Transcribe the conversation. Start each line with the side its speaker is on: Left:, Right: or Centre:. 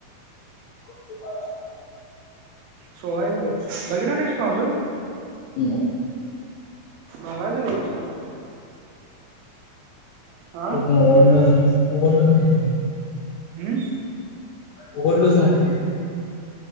Left: <unintelligible>
Right: सोळा आहेत बघ. बघितला नाहीस तू अजून?
Left: नाही.
Right: बघायचं रे सांगून. हा?
Left: ते मी उघडलोच नाही, उघडलोच नाही रे. मी
Right: हम्म.
Left: उघडलोच नव्हतो.